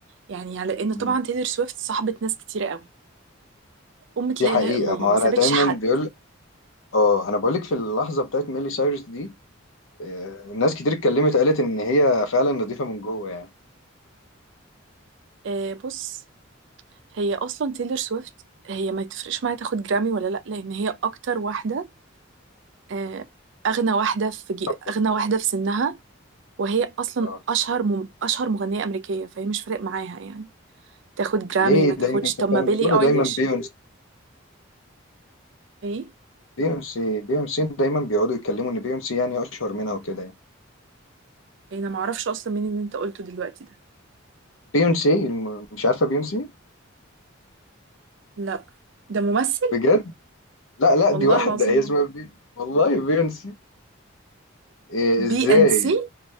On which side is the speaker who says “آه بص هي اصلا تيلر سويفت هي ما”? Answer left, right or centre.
Right